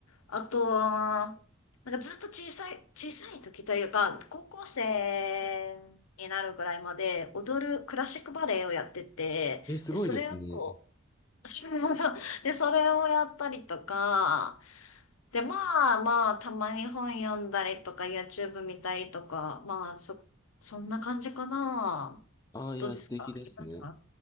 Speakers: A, on the left; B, on the left.
A: あとは、なんかずっと小さい、小さい時というか、高校生になるぐらいまで踊るクラシックバレエをやってて、
B: え、すごいですね。
A: で、それを <laughs> そうそう。で、それをやったりとか、で、まあまあ、たまに本読んだりとか、YouTube 見たりとか、まあ、そ、そんな感じかな。
B: ああ、いや、
A: どうですかありますか
B: 素敵ですね。